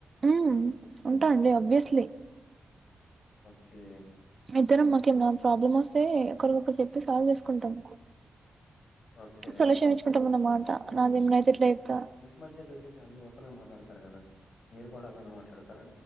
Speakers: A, on the right; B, on the left.
A: ఉమ్మ్ ఉంటా అండి అబ్వియస్లీ
B: ఓకే
A: ఇద్దరం మాకేమ్ నామ్ ప్రాబ్లమ్ ఓస్తే ఒకరిఒకర్ చెప్పి సాల్వ్ చేసుకుంటాం
B: ఓకే.
A: సొల్యూషన్ ఇచ్చుకుంటామన్నమాట నాదేమైతే ఇట్లా చెప్తా
B: మద్య బేసిక్గా అన్ని ఓపన్ గా మాట్డతారు గదా మీరు పడాలన్నా మాట్లాడతారా